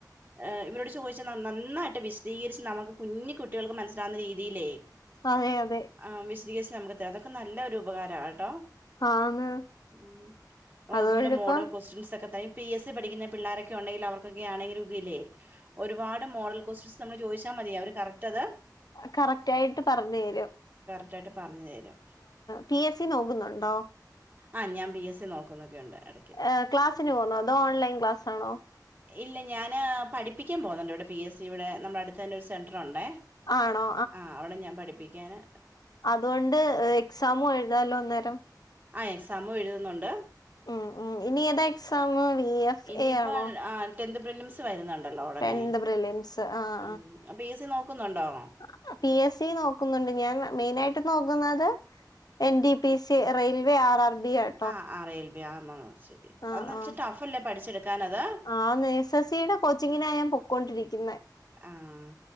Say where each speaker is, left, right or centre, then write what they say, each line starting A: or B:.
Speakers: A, on the right (about 25°); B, on the left (about 65°).
A: ഏഹ് ഇവരോട് ചോദിച്ച ന നന്നായിട്ട് വിശ് ദീകരിച്ച് നമുക്ക് കുഞ്ഞു കുട്ടികൾക്ക് മനസ്സിലാവുന്ന രീതിയിലേ
B: അതെ അതെ
A: ആഹ് വിശദീകരിച്ച് നമുക്ക് താ അതൊക്കെ നല്ല ഒരു ഉപകാരാ ട്ടോ
B: ആന്ന്
A: ഉം
B: അതുകൊണ്ടിപ്പം
A: അതുപോലെ മോഡൽ ക്വസ്റ്റ്യൻസ് ഒക്കെ <unintelligible> പി എസ് സി പഠിക്കുന്ന പിള്ളാരൊക്കെ ഒണ്ടെങ്കിൽ അവർക്കൊക്കെ ആണെങ്കി <unintelligible> ഒരുപാട് മോഡൽ ക്വസ്റ്റൻസ് നമ്മൾ ചോദിച്ചാ മതി അവര് കറക്റ്റ് അത്
B: കറക്റ്റായിട്ട് പറഞ്ഞേരും
A: റ്റായിട്ട് പറഞ്ഞു തരും
B: പിഎസ്സി നോകുന്നുണ്ടോ
A: ആഹ് ഞാൻ പി എസ് സി നോക്കുന്നൊക്കെണ്ട് അട
B: ഏഹ് ക്ലാസിന് പോന്നോ അതോ ഓൺലൈൻക്ലാസണോ
A: ഇല്ല ഞാൻ പഠിപ്പിക്കാൻ പോകുന്നുണ്ട് ഇവിടെ പി എസ് സി ഇവിടെ നമ്മുടെ അടുത്ത് തന്നെ ഒരു സെൻ്ററുണ്ട്
B: ആണോ
A: ആഹ് അവിടെ ഞാൻ പഠിപ്പിക്കാന്
B: അതോണ്ട് എക്സാമും എഴുതാലോ അന്നേരം
A: ആഹ് എക്സാം എഴുതുന്നുണ്ട്
B: ഉം ഉം ഇനി ഏതാ എക്സാം വി എഫ്
A: ഇനിയിപ്പോ
B: എ ആണോ
A: ആഹ് ടെന്ത് പ്രിലിംസ് വരുന്നുണ്ടല്ലോ ഉടനെ
B: ടെൻത് പ്രിലിംസ് ആഹ്
A: ഉം പി എ സി നോക്കുന്നുണ്ടോ
B: ആഹ് പി എസ് സി നോക്കുന്നുണ്ട് ഞാൻ മെയിന് ആയിട്ട് നോക്കുന്നത് N D P S C railway R R B ആണ്
A: ആഹ് അഹ് റെയിൽവേ ആഹ് ശരി
B: ആഹ്
A: ഒന്ന് വെച്ച്
B: ആഹ്
A: ടഫ് അല്ലേ പഠിച്ചെടുക്കാൻ അത്
B: ആന്ന് എസ് എസ് സി യുടെ കോച്ചിങ്ങിനാ ഞാൻ പൊക്കൊണ്ടിരിക്കുന്നെ
A: ആഹ്